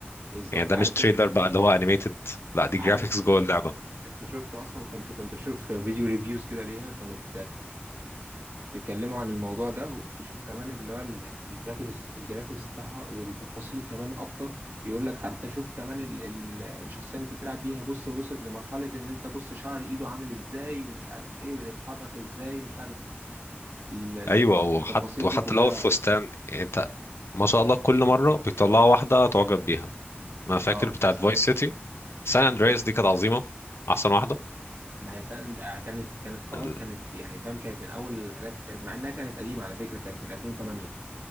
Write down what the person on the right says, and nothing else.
بالظبط
عارف
إنت-
عارف
انت شفت اصلا كنت كنت بشوف فيديو ريفيوز كده ليها كانت بيتكلموا عن الموضوع ده وبشوف كمان اللي هو ال- الجرافيكس الجرافيكس بتاعها والتفاصيل كمان اكتر بيقول لك حتى شوف كمان ال- ال- الشخصيه اللي انت بتلعب بيها بص وصلت لمرحله ان انت بص شعر ايده عامل ازاي ومش عارف ايه وبتتحرك ازاي ومش عارف ال- ال-
التفاصيل
دي كلها
اه
بصراحه
ما هي سن- كانت كانت خلاص
كانت يعني فاهم كانت من اول الحاجات كانت مع انها كانت قديمه على فكره كانت من 2008